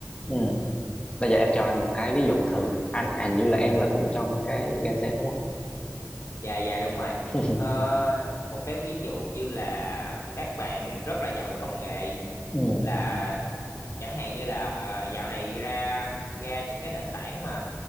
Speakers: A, on the left (about 20°); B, on the left (about 60°).
A: ừ bây giờ em cho anh một cái ví dụ thử anh hình như là em là cũng trong cái Gen Z đúng không
B: Dạ dạ đúng rồi.
A: <laughs>
B: Ờ, một cái ví dụ như là các bạn rất là giỏi công nghệ
A: ừ
B: là chẳng hạn như là ờ, dạo này ra ra những cái nền tảng mà